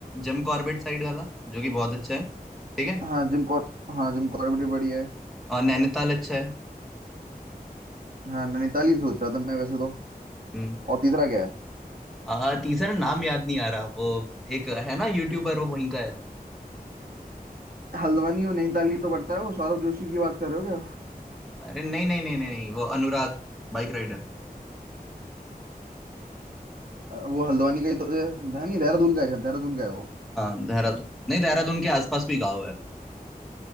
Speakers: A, in the centre; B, on the right.
A: जिम कॉर्बेट साइड वाला जो कि बहुत अच्छा है ठीक है
B: हाँ जिम कॉर हाँ जिम कॉर्बेट भी बढ़िया है
A: और नैनीताल अच्छा है
B: हाँ नैनीताल ही सोच रहा था मैं वैसे तो
A: हम्म
B: और तीसरा क्या है
A: आ, तीसरा नाम याद नहीं आ रहा वो एक है ना यूट्यूबर वो वहीं का है
B: हल्द्वानी और नैनीताल ही तो पड़ता है वो सौरभ जोशी की बात कर रहे हो क्या
A: अरे नहीं नहीं नहीं नहीं नहीं वो अनुराग बाइक राइडर
B: अ, वो हल्द्वानी का ही तो अ, नहीं देहरादून का है शायद देहरादून का है वो
A: हाँ देहरादून नहीं देहरादून के आसपास कोई गाँव है